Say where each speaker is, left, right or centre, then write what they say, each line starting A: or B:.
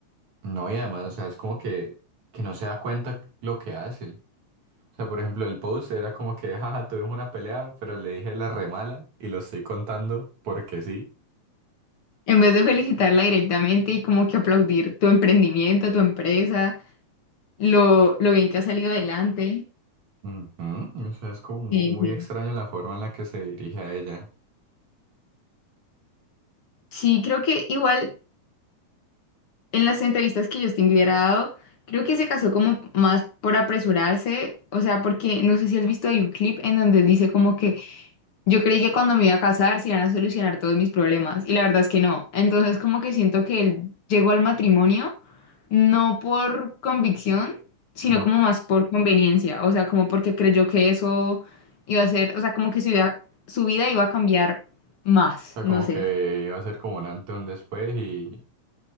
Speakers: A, on the right; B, on the left.
A: no, y además, o sea, es como que, que no se da cuenta lo que hace. O sea, por ejemplo, el post era como que, jaja, tuvimos una pelea, pero le dije la remala y lo estoy contando porque sí.
B: En vez de felicitarla directamente y como que aplaudir tu emprendimiento, tu empresa, lo, lo bien que ha salido adelante.
A: Ujú, O sea, es como mu-
B: Sí,
A: muy
B: sí.
A: extraña la forma en la que se dirige a ella.
B: Sí, creo que igual en las entrevistas que Justin Bieber ha dado, creo que se casó como más por apresurarse, o sea, porque no sé si has visto, hay un clip en donde él dice como que Yo creí que cuando me iba a casar se iban a solucionar todos mis problemas y la verdad es que no. Entonces como que siento que él llegó al matrimonio no por convicción, sino
A: No,
B: como
A: o
B: más por conveniencia, o sea, como porque creyó que eso iba a ser, o sea, como que su vida, su vida iba a cambiar más,
A: sea,
B: no
A: como
B: sé.
A: que iba a ser como un antes, un después y,